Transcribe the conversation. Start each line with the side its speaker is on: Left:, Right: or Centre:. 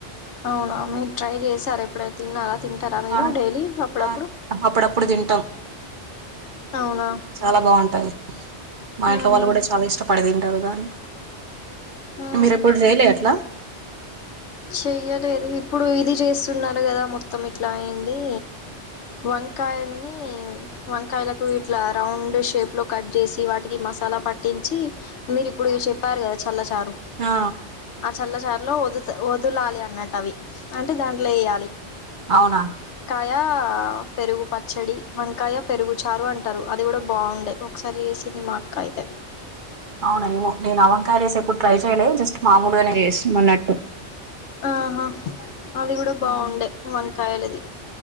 Left: అవునా మీరు ట్రై చేసార ఎప్పుడై తిన్నార తింటరా మీరు
Right: ఆ
Left: డైలీ అప్పుడప్పుడు
Right: ఆ అప్పుడప్పుడు తింటాం
Left: అవునా
Right: చాలా బాగుంటది మా ఇంట్లో
Left: ఉహు
Right: వాళ్ళు కూడ చాలా ఇష్టపడేది ఇం ఎర్రదాన్ని
Left: ఉ
Right: మీరు ఎప్పుడు జెయలే అట్ల
Left: చెయ్యలేదు ఇప్పుడు ఇది చేస్తున్నారు కదా మొత్తం ఇట్లా ఏంది వంకాయని వంకాయలకు ఇట్లా రౌండ్ షేప్ లో కట్ చేసి వాటికి మసాలా పట్టించి మీరు ఇప్పుడు ఇవి చెప్పారు కదా చల్ల చారు
Right: ఆ
Left: ఆ చల్ల చారు లో వధుతు వదలాలి అన్నట్టు అవి అంటే దాంట్లో ఎయ్యాలి
Right: అవున
Left: య పెరుగు పచ్చడి వంకాయ పెరుగు చారు అంటారు అది కూడా బాగుండే ఒకసారి చేసింది మా అక్క అయితే
Right: అవున ఏమో నేను అ వంకాయలు లేసి ఎప్పుడు ట్రై చేయలే జస్ట్ మామూలుగానే చేసు మల్లట్టు
Left: ఆహా అది కూడ బాగుండే వంకాయలది